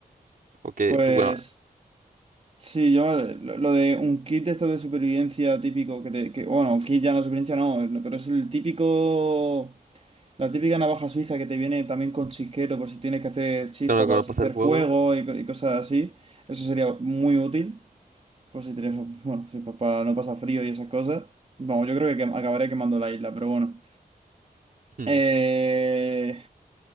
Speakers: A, on the right; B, on the right.
A: Porque
B: Pues
A: tú, bueno,
B: sí, yo eh, lo, lo de un kit de esto de supervivencia típico que te, que, bueno, kit ya no supervivencia no, no, pero es el típico, la típica navaja suiza que te viene también con chisquero por si tienes que hacer chispa
A: claro, claro,
B: para hacer
A: para hacer fuego.
B: fuego y, co- y cosas así. Eso sería muy útil. Pues si tienes, bueno, si pa- para no pasar frío y esas cosas, vamos, yo creo que quem- acabaré quemando la isla, pero bueno.
A: hmm,
B: Eh,